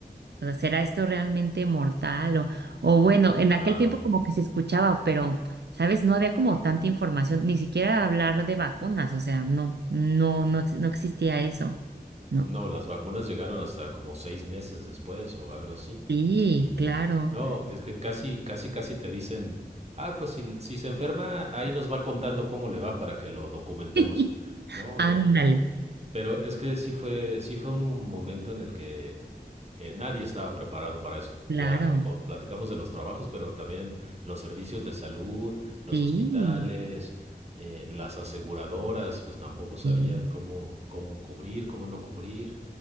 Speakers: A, on the right; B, on the right.
A: o sea, ¿será esto realmente mortal? O, o bueno, en
B: Claro.
A: aquel tiempo como que se escuchaba, pero, ¿sabes? No había como tanta información, ni siquiera hablar de vacunas, o sea, no, no, no, ex- no existía eso. No.
B: No, las vacunas llegaron hasta como seis meses después o algo así.
A: Sí,
B: Y
A: claro.
B: no, es que casi, casi, casi te dicen, ah, pues si, si se enferma, ahí nos va contando cómo le va para que lo documentemos.
A: <laughs>
B: No,
A: Ándale,
B: eh, pero es que sí fue, sí fue un momento en el que eh, nadie estaba preparado para eso.
A: claro.
B: Ya co- platicamos de los trabajos, pero también los servicios de salud, los
A: Sí,
B: hospitales, eh, las aseguradoras, pues tampoco sabían
A: sí,
B: cómo, cómo cubrir, cómo no cubrir.